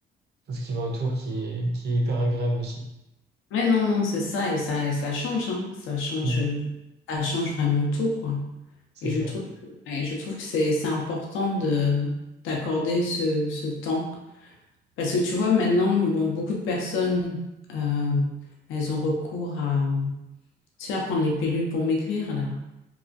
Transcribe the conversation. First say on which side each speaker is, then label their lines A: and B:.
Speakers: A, on the right; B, on the left.
A: tout ce qui va autour qui est qui est hyper agréable aussi
B: mais non, non, c'est ça, et ça, et ça change, hein. Ça change,
A: Mm.
B: euh, ça change vraiment tout, quoi.
A: c'est
B: Et je
A: clair
B: trouve que, et je trouve que c'est, c'est important de, d'accorder ce, ce temps. Parce que tu vois, maintenant, bon, beaucoup de personnes, euh, elles ont recours à Tu vas prendre les pilules pour maigrir, là.